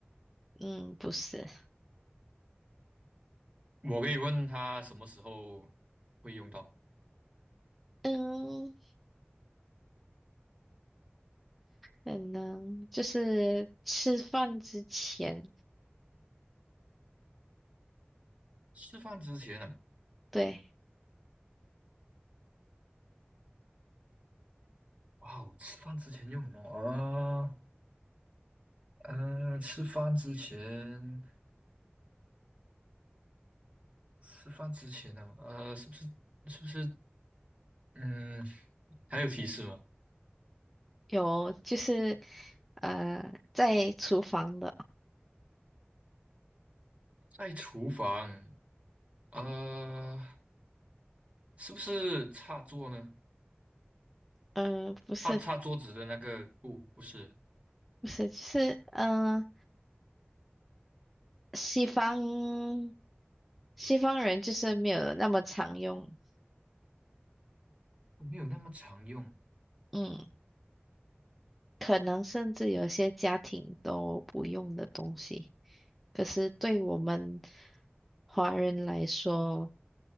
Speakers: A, in the centre; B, on the right.
A: 嗯，不是，
B: 我可以问它什么时候会用到？
A: 嗯，可能就是吃饭之前，
B: 吃饭之前呢？
A: 对，
B: 哇哦，吃饭之前用什么啊？呃，吃饭之前，吃饭之前呢？啊呃，是不是是不是嗯，还有提示吗？
A: 有就是呃，在厨房的，
B: 在厨房，呃，是不是擦桌呢？
A: 嗯、不是，
B: 擦擦桌子的那个布不是，
A: 不是，就是嗯、呃西方西方人就是没有那么常用，
B: 没有那么常用，
A: 嗯，可能甚至有些家庭都不用的东西，可是对我们华人来说